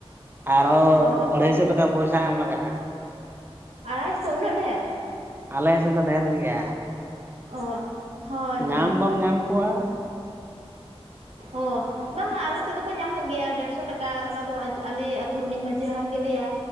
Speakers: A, on the right; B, on the right.
A: ᱟᱨᱦᱚᱸ
B: ᱚ
A: ᱟᱹᱲᱟᱹᱭᱥᱚ ᱴᱟᱠᱟ ᱯᱚᱭᱥᱟ ᱮᱢ ᱞᱟᱜᱟᱜᱼᱟ᱾
B: ᱟᱲᱮᱭᱥᱚ! ᱩᱱᱟᱹᱜ ᱰᱷᱮᱨ?
A: ᱟᱞᱮ ᱥᱮᱱ ᱫᱚ ᱰᱷᱮᱨ ᱜᱮᱭᱟ᱾
B: ᱚ ᱦᱳᱭ
A: ᱧᱟᱢ
B: ᱦᱳᱭ
A: ᱵᱟᱢ ᱧᱟᱢ ᱠᱚᱣᱟ᱾
B: ᱚ ᱵᱟᱝ ᱟᱞᱮ ᱟᱞᱮ ᱥᱮᱫ ᱫᱚᱠᱚ ᱧᱟᱢᱚᱜ ᱜᱮᱭᱟ᱾ ᱰᱮᱹᱲᱥᱚ ᱴᱟᱠᱟ ᱚᱱᱟ ᱫᱚ ᱟᱞᱤᱡ ᱟᱹᱛᱩ ᱨᱤᱱᱤᱡ ᱢᱟᱺᱡᱷᱤ ᱦᱟᱲᱟᱢ ᱜᱮ ᱞᱮᱹᱭᱟᱭ